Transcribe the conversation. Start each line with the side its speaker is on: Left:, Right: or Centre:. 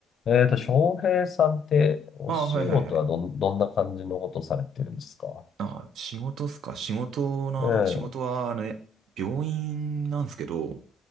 Left: えっと、翔平さんって、お仕事はどん、
Right: ああ、はいはいはい。
Left: どんな感じのことされてるんですか
Right: あ、仕事っすか。仕事な、
Left: え
Right: 仕事はあれ、病院なんですけど、